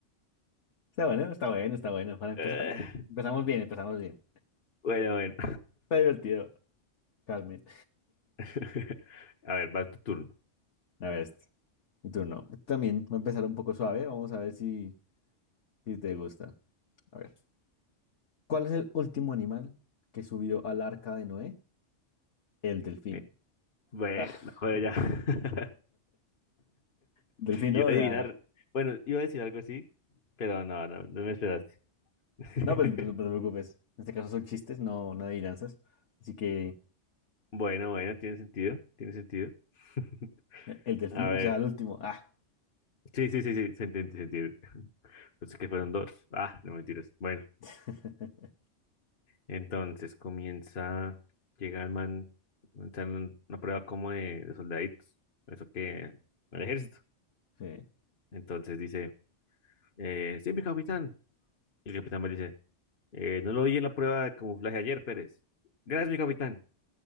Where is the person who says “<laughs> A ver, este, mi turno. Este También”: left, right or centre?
Left